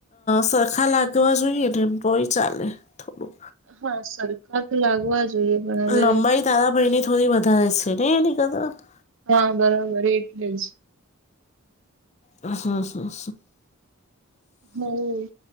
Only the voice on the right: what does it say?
હા સરખ તો લાગવા જોઈએ પણ હવે
હા બરોબર એટલે જ.
હમ.